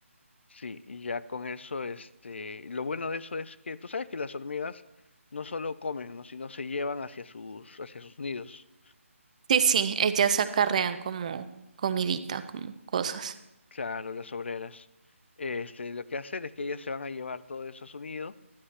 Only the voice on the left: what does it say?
Sí, y ya con eso, este, lo bueno de eso es que tú sabes que las hormigas no solo comen, ¿no? sino se llevan hacia sus hacia sus nidos.
Claro, las obreras. Este, lo que hacen es que ellas se van a llevar todo eso a su nido